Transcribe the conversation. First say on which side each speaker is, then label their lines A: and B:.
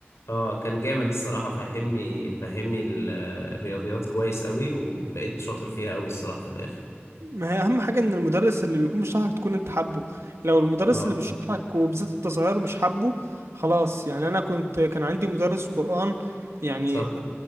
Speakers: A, on the left (about 80°); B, on the right (about 80°).
A: اه كان جامد الصراحة فهمني فهمني ال- الرياضيات كويس قوي وبقيت شاطر فيها قوي الصراحة في الآخر
B: ما هي اهم حاجه ان المدرس اللي بيكون بيشرح لك تكون انت حابه لو المدرس
A: اه
B: اللي بيشرح لك وبالذات انت صغير مش حابه خلاص يعني انا كنت كان عندي مدرس قرآن يعني
A: صح